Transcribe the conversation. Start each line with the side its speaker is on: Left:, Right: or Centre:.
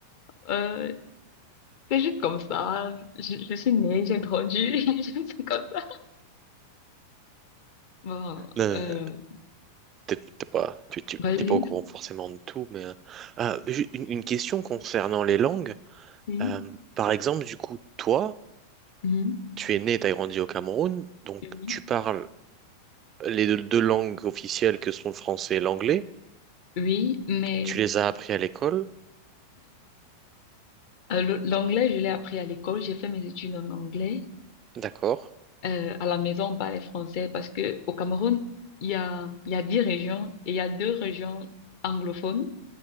Left: Euh, c'est juste comme ça. Je, je suis née, j'ai grandi, <laughs> c'est comme ça. Bon,
Right: Euh,
Left: euh,
Right: t'es t'es pas, tu, tu-
Left: vas-y.
Right: t'es pas au courant forcément de tout, mais, euh, ah, mais j'ai une, une question concernant les langues.
Left: Oui,
Right: Euh, par exemple, du coup, toi,
Left: oui, mhm,
Right: tu es né, tu as grandi au Cameroun, donc
Left: oui,
Right: tu parles les deux, deux langues officielles que sont le français et l'anglais.
Left: oui, mais
Right: Tu les as appris à l'école.
Left: euh, le- l'anglais, je l'ai appris à l'école. J'ai fait mes études en anglais.
Right: D'accord.
Left: Euh, à la maison, on parlait français parce que au Cameroun, il y a, il y a dix régions et il y a deux régions anglophones.